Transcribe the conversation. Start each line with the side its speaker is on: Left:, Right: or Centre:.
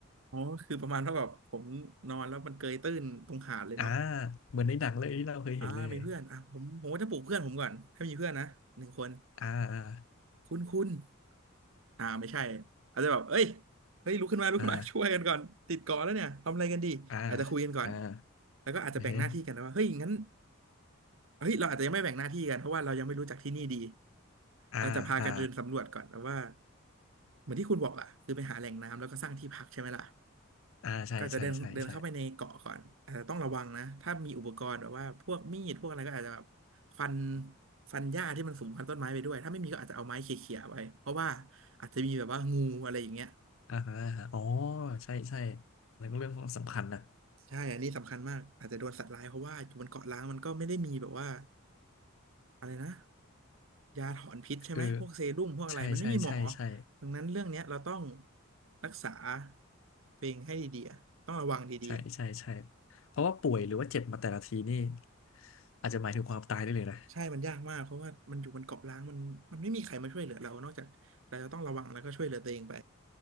Right: อ๋อคือประมาณว่าแบบผมนอนแล้วมันเกยตื้นตรงหาดเลยเนาะ
Left: อ่าเหมือนในหนังเลยที่เราเคยเห็นเลย
Right: อ่ามีเพื่อนอ่ะผมผมก็จะปลุกเพื่อนผมก่อนถ้ามีเพื่อนนะหนึ่งคน
Left: อ่า
Right: คุณคุณอ่าไม่ใช่อาจจะแบบเอ้ยเฮ้ยลุกขึ้นมาลุกขึ้นมาช่วยกันก่อนติดเกาะแล้วเนี่ยทำอะไรกันดีอาจจะคุยกันก่อน
Left: อ่าอ่าอ่าอ่า
Right: แล้วก็อาจจะแบ่งหน้าที่กันนะว่าเฮ้ยงั้น
Left: เฮ้
Right: เฮ้ยเราอาจจะยังไม่แบ่งหน้าที่กันเพราะว่าเรายังไม่รู้จักที่นี่ดี
Left: อ่าอ่า
Right: เราจะพากันเดินสำรวจก่อนแล้วว่าเหมือนที่คุณบอกอะคือไปหาแหล่งน้ำแล้วก็สร้างที่พักใช่ไหมล่ะ
Left: อ่าใช่ใช่ใช่ใช่
Right: ก็จะเดินเดินเข้าไปในเกาะก่อนอาจจะต้องระวังนะถ้ามีอุปกรณ์แบบว่าพวกมีดพวกอะไรก็อาจจะแบบฟันฟันหญ้าที่มันสูงพันต้นไม้ไปด้วยถ้าไม่มีก็อาจจะเอาไม้เขี่ยๆไว้เพราะว่าอาจจะมีแบบว่างูอะไรอย่างเงี้ย
Left: อ่าฮะอ๋อใช่ใช่แล้วก็เรื่องของสำคัญนะ
Right: ใช่อันนี้สำคัญมากอาจจะโดนสัตว์ร้ายเพราะว่าอยู่บนเกาะล้างมันก็ไม่ได้มีแบบว่าอะไรนะ ยาถอนพิษใช่ไหมพวกเซรุ่มพวกอะไรมันไม่มีหมอ
Left: คือใช่ใช่ใช่ใช่
Right: ดังนั้นเรื่องเนี้ยเราต้องรักษาตัวเองให้ดีๆอะต้องระวังดีๆ
Left: ใช่ใช่ใช่เพราะว่าป่วยหรือว่าเจ็บมาแต่ละทีนี่อาจจะหมายถึงความตายได้เลยนะ
Right: ใช่ มันยากมากเพราะว่ามันอยู่บนเกาะล้างมันมันไม่มีใครมาช่วยเหลือเรานอกจากเราจะต้องระวังแล้วก็ช่วยเหลือตัวเองไป